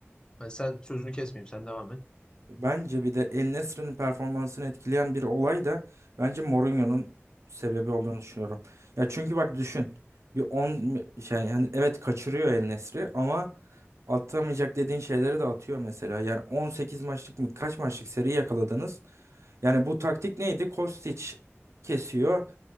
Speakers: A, on the left; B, on the right.
A: Hani sen sözünü kesmeyeyim, sen devam et.
B: Bence bir de El Nesri'nin performansını etkileyen bir olay da bence Mourinho'nun sebebi olduğunu düşünüyorum. Ya çünkü bak düşün. Bir 10 şey yani evet kaçırıyor El Nesri ama atamayacak dediğin şeyleri de atıyor mesela. Yani 18 maçlık mı kaç maçlık seri yakaladınız? Yani bu taktik neydi? Kostić kesiyor.